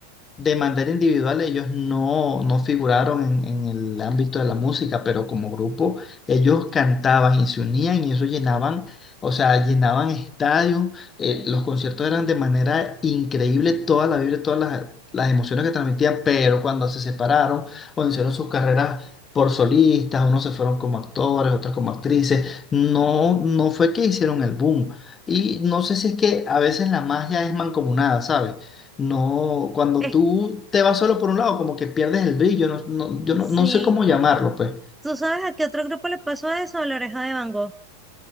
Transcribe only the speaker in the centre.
Sí.
Es-
sí.
¿Tú sabes a qué otro grupo le pasó eso? A La Oreja de Van Gogh.